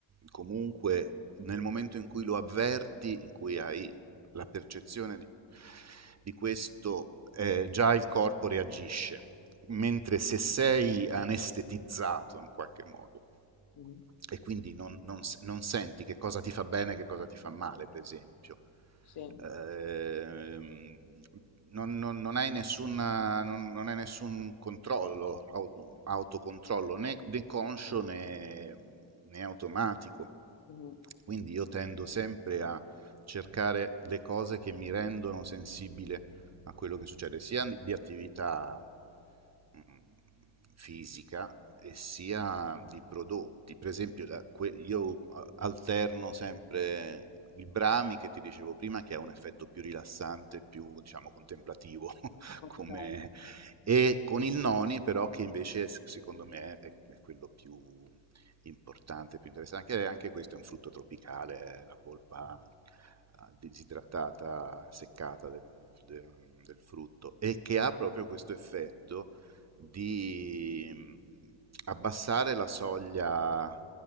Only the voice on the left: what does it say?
Mh-mh.
Sì,
mh-mh.
Okay,